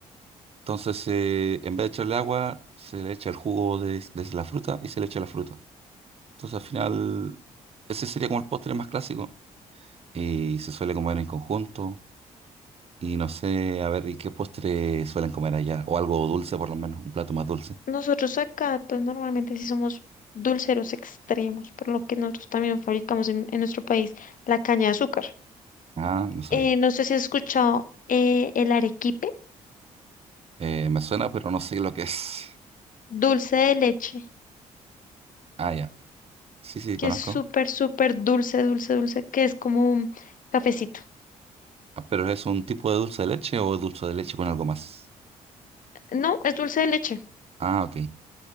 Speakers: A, on the right (about 30°); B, on the left (about 45°).
A: Entonces, eh, en vez de echarle agua, se le echa el jugo de, de la fruta y se le echa la fruta. Entonces, al final, ese sería como el postre más clásico y se suele comer en conjunto. Y no sé, a ver, ¿y qué postre suelen comer allá? O algo dulce, por lo menos, un plato más dulce.
B: Nosotros acá, pues normalmente sí somos dulceros extremos, por lo que nosotros también fabricamos en, en nuestro país la caña de azúcar.
A: Ah, no sabía.
B: Eh, no sé si has escuchado eh, el arequipe,
A: Eh, me suena, pero no sé lo que es.
B: dulce de leche,
A: Ah, ya. Sí, sí, conozco.
B: que es súper, súper dulce, dulce, dulce, que es como un cafecito.
A: Ah, pero ¿es un tipo de dulce de leche o dulce de leche con algo más?
B: No, es dulce de leche,
A: Ah, ok.